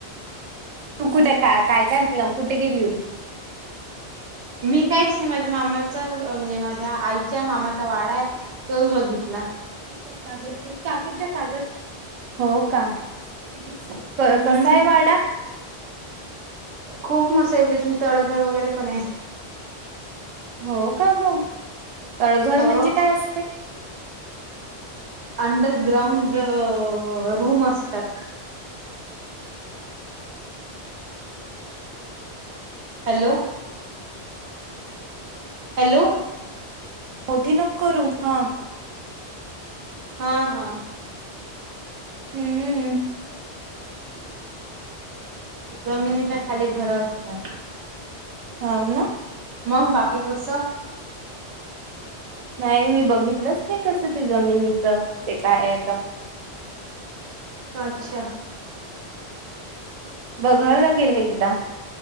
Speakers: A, on the right (about 55°); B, on the right (about 80°).
A: तू कुठे का काय कायलं कुठे गेली होई
B: मी काहीच नाही माझ्या मामाचा म्हणजे माझ्या आईच्या मामाचा वाडा आहे तोच बघितला
A: काग काग कागद हो का क कसा
B: हम्म
A: आहे वाडा
B: खूप मसातयची म तळघर वगैरे पण आहे.
A: हो का ग तळघर
B: हो
A: म्हणजे काय असतंय?
B: अंडर ग्राउंड रूम असतात. हॅलो. हॅलो.
A: मोठी नक करू हा.
B: हा हा.
A: हम्म.
B: <unintelligible> जमिनीच्या खाली घर असतात.
A: हा ना.
B: मंग बाकीे कस?
A: नाही मी बघितलंच नाही तसं ते जमिनीच ते काय आहे तर
B: अच्छा.
A: बघावं लागेल एकदा.